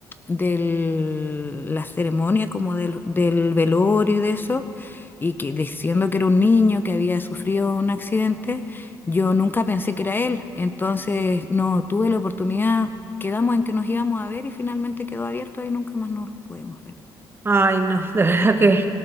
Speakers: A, on the left; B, on the right.
A: de la ceremonia, como del, del velorio y de eso, y que diciendo que era un niño que había sufrido un accidente, yo nunca pensé que era él. Entonces no tuve la oportunidad, quedamos en que nos íbamos a ver y finalmente quedó abierto y nunca más nos pudimos ver.
B: Ay, no, <laughs> de verdad que